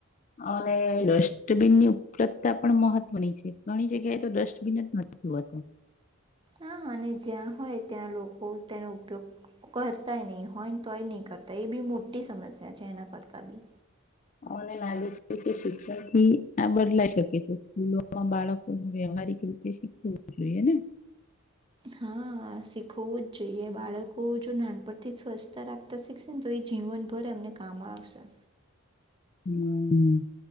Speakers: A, on the left; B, on the right.
A: અને ડસ્ટબીનની ઉપલબ્ધતા પણ મહત ત્વની છે ઘણી જગ્યાએ તો ડસ્ટબિન જ નથી હોતું.
B: હા અને જ્યાં હોય ત્યાં લોકો તેનો ઉપયોગ કરતાય નહી હોય તોય નહી કરતાય એ બી મોટી સમસ્યા છે એના કરતા બી.
A: મને લાગે છે કે શિક્ષણ થી આ બદલાઈ શકે છે સ્કૂલો તો આ બાળકોને વ્યવહારિક રીતે શીખવું જોઈએ ને.
B: હા શીખવવું જ જોઈએ બાળકો જો નાનપણથી સ્વચ્છતા રાખતા શીખશે ને તો એજ જીવનભર એમને કામ આવશે.
A: હમ્મ.